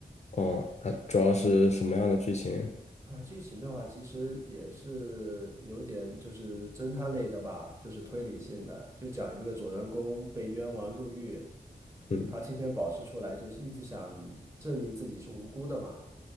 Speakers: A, on the left; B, on the right.
A: 哦，它主要是什么样的剧情？
B: 啊，剧情的话，其实也是有点就是侦探类的吧，就是推理性的，就讲一个主人公被冤枉入狱，
A: 嗯，
B: 他提前保释出来，就是一直想证明自己是无辜的嘛，